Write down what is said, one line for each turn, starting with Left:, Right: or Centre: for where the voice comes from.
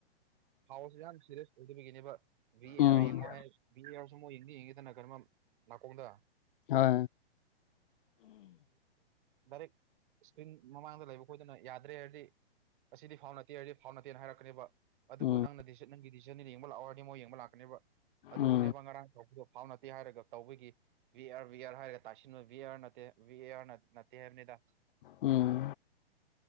Right: ꯍꯥꯎꯁꯦ ꯌꯥꯝ ꯁꯤꯦꯔꯤꯌꯁ ꯑꯣꯏꯗꯕꯒꯤꯅꯦꯕ ꯚ ꯑꯦ
Left: ꯎꯝ
Right: ꯑꯥꯔ ꯌꯦꯡꯉꯣ ꯍꯥꯏ ꯚ ꯑꯦ ꯑꯥꯔꯁꯨ ꯃꯨꯛ ꯌꯦꯡꯗ ꯌꯦꯡꯒꯦꯗꯅ ꯀꯩꯅꯣꯃ ꯅꯥꯀꯣꯡꯗ
Left: ꯍ
Right: ꯒ ꯔꯦ ꯏꯁꯀ꯭ꯔꯤꯟ ꯃꯃꯥꯡꯗ ꯂꯩꯕ ꯈꯣꯏꯗꯅ ꯌꯥꯗ꯭ꯔꯦ ꯍꯥꯏꯔꯗꯤ ꯑꯁꯤꯗꯤ ꯐꯥꯎ ꯅꯠꯇꯦ ꯍꯥꯏꯔꯗꯤ ꯐꯥꯎ ꯅꯠꯇꯦꯅ ꯍꯥꯏꯔꯛꯀꯅꯦꯕ ꯑꯗꯨꯕꯨ
Left: ꯎꯝ
Right: ꯅꯪꯅ ꯗꯤ ꯅꯪꯒꯤ ꯗꯤꯁꯤꯖꯟ ꯌꯦꯡꯕ ꯂꯥꯛꯑꯣꯔꯗꯤ ꯃꯣꯏ ꯌꯦꯡꯕ ꯂꯥꯛꯀꯅꯦꯕ ꯑꯗꯨꯗꯨꯅꯦꯕ
Left: ꯎꯝ
Right: ꯉꯔꯥꯡ ꯇꯧꯕꯗꯣ ꯐꯥꯎ ꯅꯠꯇꯦ ꯍꯥꯏꯔꯒ ꯇꯧꯕꯒꯤ ꯕꯤ ꯑꯥꯔ ꯕꯤ ꯑꯥꯔ ꯍꯥꯏꯔꯒ ꯇꯥꯏꯁꯤꯟꯕ ꯚꯕꯤ ꯑꯦ ꯑꯥꯔ ꯅꯠꯇꯦ ꯕꯤ ꯑꯦ ꯑꯥꯔ ꯅꯅꯥꯄꯤ ꯍꯥꯏꯕꯅꯤꯗ
Left: ꯎꯝ